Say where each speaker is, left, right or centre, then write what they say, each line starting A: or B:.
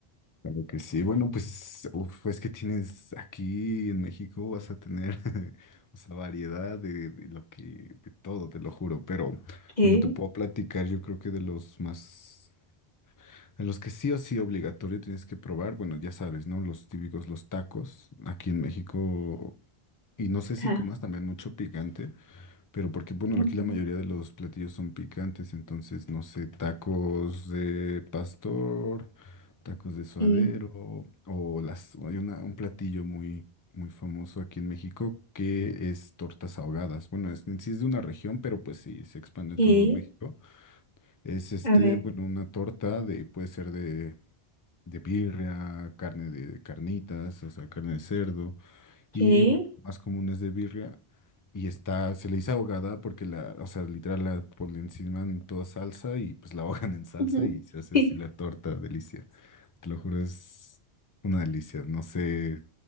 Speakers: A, on the left; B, on the left.
A: Claro que sí. Bueno, pues, uf, es que tienes aquí en México, vas a tener, <laughs> o sea, variedad de, de lo que, de todo, te lo juro. Pero,
B: Ok,
A: bueno, te puedo platicar, yo creo que de los más, de los que sí o sí obligatorio tienes que probar, bueno, ya sabes, ¿no? Los típicos, los tacos, aquí en México, y no sé
B: ok.
A: si comas también mucho picante. Pero porque, bueno,
B: Ujú.
A: aquí la mayoría de los platillos son picantes, entonces, no sé, tacos de pastor, tacos de suadero,
B: Que,
A: o las, o hay una, un platillo muy, muy famoso aquí en México que es tortas ahogadas. Bueno, es, en sí es de una región, pero pues sí, se expande
B: que,
A: en todo México. Es este,
B: a ver,
A: bueno, una torta de, puede ser de, de birria, carne de carnitas, o sea, carne de cerdo.
B: que,
A: Y bueno, lo más común es de birria. Y está, se le dice ahogada porque la, o sea, literal la ponen encima en toda salsa y pues la ahogan en salsa
B: ujú,
A: y
B: <laughs>
A: se hace
B: sí,
A: así la torta, delicia. Te lo juro, es una delicia. No sé